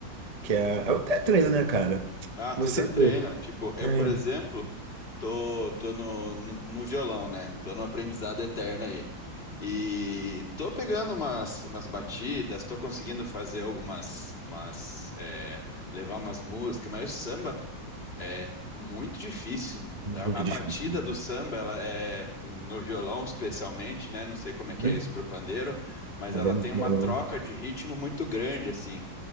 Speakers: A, on the right; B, on the left.
A: que é, é o treino, né, cara?
B: Ah,
A: Você.
B: tudo é treino. Tipo, eu,
A: é,
B: por exemplo, tô, tô no, no, no violão, né? Tô no aprendizado eterno aí. E tô pegando umas, umas batidas, tô conseguindo fazer algumas, umas, é, levar umas músicas, mas o samba, cara, é muito difícil.
A: Muito
B: A, a batida
A: difícil, né?
B: do samba, ela é, no no violão especialmente, né? Não sei como é que
A: Né?
B: é isso pro pandeiro, mas
A: Novela
B: ela tem uma
A: de verão.
B: troca de ritmo muito grande, assim.